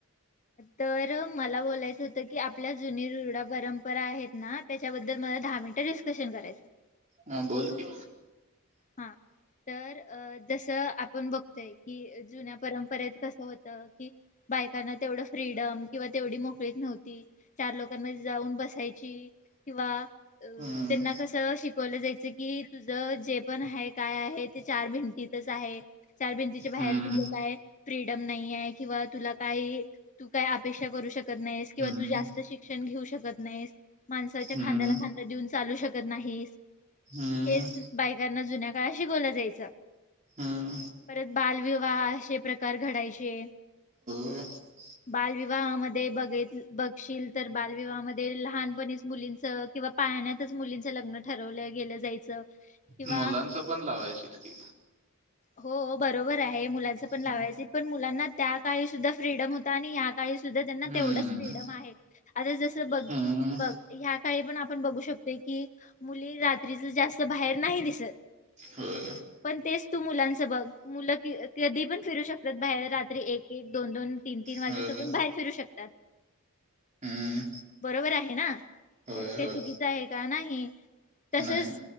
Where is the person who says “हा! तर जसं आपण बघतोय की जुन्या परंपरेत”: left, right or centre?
Left